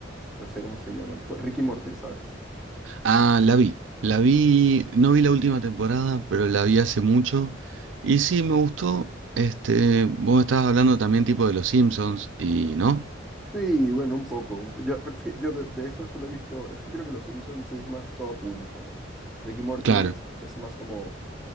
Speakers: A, in the centre; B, on the right.
A: no sé cómo se llaman, tipo Ricky Morty, ¿sabes?
B: Ah, la vi. La vi, no vi la última temporada, pero la vi hace mucho. Y sí, me gustó. Este, vos estabas hablando también tipo de los Simpsons y, ¿no?
A: Sí, bueno, un poco. un po- Yo, pero es que yo de, de esto solo he visto, es que creo que Los Simpsons sí es más todo público. Ricky y Morty
B: Claro,
A: es, es más como